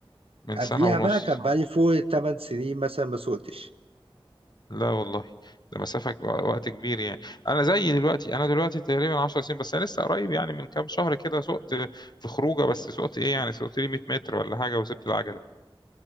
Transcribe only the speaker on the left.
من
سنة ونص
لا والله ده مسافة ك- وقت كبير يعني انا زي دلوقتي انا دلوقتي تقريبا 10 سنين بس انا لسه قريب يعني من كام شهر كده سوقت في خروجه بس سوقت ايه يعني سوقت لي 100 متر ولا حاجه وسبت العجله